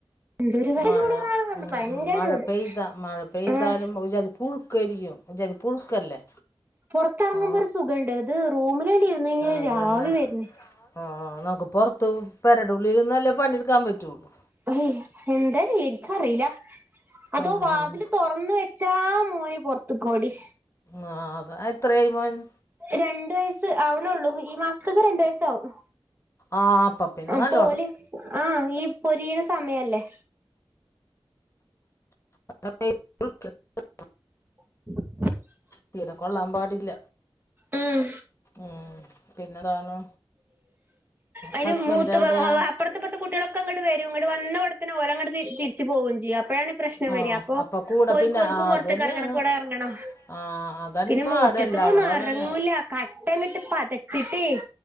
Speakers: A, on the right; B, on the left.
A: എന്തൊരു
B: മഴ
A: ചൂട്
B: ഉം
A: ഭയങ്കര
B: ഉം മഴ
A: ചൂട്
B: പെയ്ത മഴ പെയ്താലും
A: ആഹ്
B: ഒരുജാതി പുഴുക്കായിരിക്കും ഒരുജാതി പുഴുക്കല്ലേ
A: പൊറത്തെറങ്ങുമ്പോ
B: ആ
A: ഒരു സുഖണ്ട് ഇത് റൂമിലങ്ങട് ഇര്ന്ന് കഴിഞ്ഞാൽ ഒരാവി
B: അത് തന്നെ
A: വര്ന്ന്
B: ആഹ് നമുക്ക് പൊറത്ത് പെരേടെ ഉള്ളില്ന്നല്ലേ പണിട്ക്കാൻ പറ്റുള്ളൂ
A: അഹ് എന്താ ചെയ്യാ ഇൻക്കറീല അതോ
B: ഉം
A: വാതില് തൊ റന്ന് വെച്ചാ മോന് പൊറത്ത്ക്കോടി
B: ആഹ് അത എത്രായി മോന്
A: രണ്ട് വയസ്സ് ആവണൊള്ളൂ ഈ മാസത്ത്ക്ക് രണ്ട് വയസ്സ് ആവും
B: ആഹ് അപ്പം പിന്നെ
A: അപ്പോല്
B: നല്ലോണം
A: ആഹ് ഈ പൊരിയണ സമയല്ലേ
B: അ <inaudible>
A: <inaudible>
B: തീരെ കൊള്ളാൻ പാടില്ല
A: ഉം
B: ഉം പിന്നെന്താണ്
A: അയിന്
B: ഹസ്ബൻഡ്
A: മൂത്ത
B: എവിടെയാ
A: <unintelligible> അപ്പറത്തെപ്പറത്തെ കുട്ട്യാളൊക്കെ ഇങ്ങട്ട് വരും ഇങ്ങട്ട് വന്നവിടത്തന്നെ ഒരങ്ങട്ടെ തിരിച്ച് പോവും ചെയ്യും അപ്പഴാണ് പ്രശ്നം
B: ആ
A: വര അപ്പൊ
B: അപ്പം കൂടെ
A: ഓൽക്കും
B: പിന്നെ
A: ഓന്ക്കും
B: ആ
A: പൊറത്ത്ക്ക്
B: അത് തന്നെയാണ്
A: എറങ്ങണം കൂടെ എറങ്ങണം
B: ആ അതാണ്
A: പിന്നെ
B: ഈ പാട്
A: മുറ്റത്ത്ക്കൊന്നും
B: എല്ലാവടും അതല്ല
A: എറങ്ങൂല്ല കട്ടങ്ങിട്ട് പതച്ചിട്ടേ